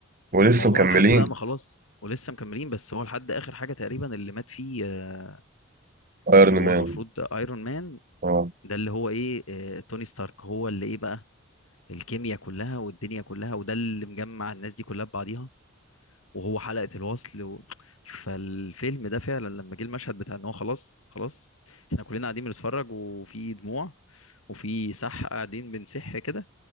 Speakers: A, on the right (about 45°); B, on the left (about 75°).
A: ولسه
B: فالموضوع
A: مكملين
B: لحد بقى ما خلاص ولسه مكملين بس هو لحد اخر حاجه تقريبا اللي مات فيه آه،
A: ايرون
B: اللي هو
A: مان
B: المفروض ايرون مان
A: اه
B: ده اللي هو ايه آه، توني ستارك هو اللي ايه بقى الكيمياء كلها والدنيا كلها وده اللي مجمع الناس دي كلها ببعضيها وهو حلقة الوصل و... فالفيلم ده فعلا لما جه المشهد بتاع ان هو خلاص خلاص احنا كلنا قاعدين بنتفرج وفي دموع وفي سح قاعدين بنسح كده